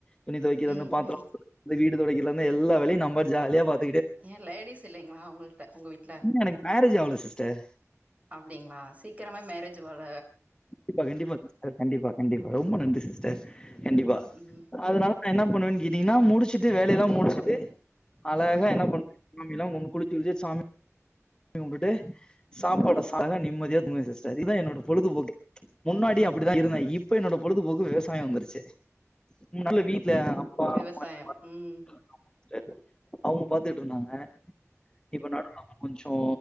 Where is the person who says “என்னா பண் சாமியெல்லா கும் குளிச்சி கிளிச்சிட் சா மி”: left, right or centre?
Left